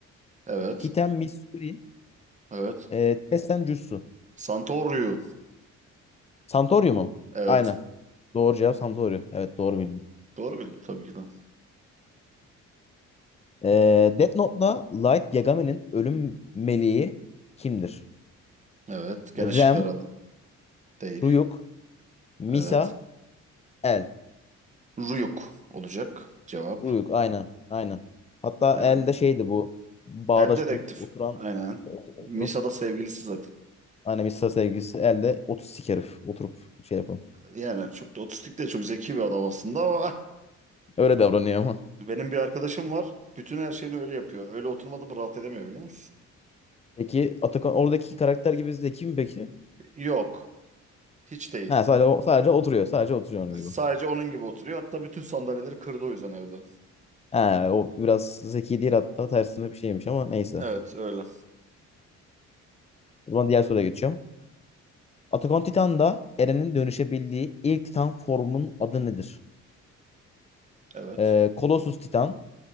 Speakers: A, on the right (about 25°); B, on the left (about 20°).
A: Evet.
B: Kiten Mitsuri,
A: Evet.
B: e, Tessen Jutsu.
A: Santorio.
B: Santorio mu?
A: Evet.
B: Aynen. Doğru cevap Santorio. Evet doğru bildin.
A: Doğru bildim tabii ki de.
B: E, Death Note'da Light Yagame'nin ölüm meleği kimdir?
A: Evet. Gene
B: Rem,
A: şıkları aldım. Değil.
B: Ryuk, Misa,
A: Evet.
B: El.
A: Ruyuk olacak cevap.
B: Ruyuk aynen. Aynen. Hatta
A: Aynen.
B: El de şeydi bu. Bağdaş
A: El dedektif.
B: kurup oturan
A: Aynen.
B: ot-
A: Misa'da
B: oturup
A: sevgilisi zaten.
B: hani Misa sevgilisi El de otistik herif. Oturup şey yapın.
A: Yani çok da otistik de çok zeki bir adam aslında ama
B: Öyle davranıyor ama.
A: <laughs> benim bir arkadaşım var. Bütün her şeyini öyle yapıyor. Öyle oturmadı mı rahat edemiyor biliyor musun?
B: Peki Atakan oradaki karakter gibi zeki mi peki?
A: Yok. Hiç değil.
B: Ha sadece o- sadece oturuyor. Sadece oturuyor onun gibi.
A: Sadece onun gibi oturuyor. Hatta bütün sandalyeleri kırdı o yüzden evde.
B: Ha o biraz zeki değil hatta tersine bir şeymiş ama neyse.
A: Evet öyle.
B: O zaman diğer soruya geçiyorum. Attack on Titan'da Eren'in dönüşebildiği ilk Titan formunun adı nedir?
A: Evet.
B: Ee, Colossus Titan,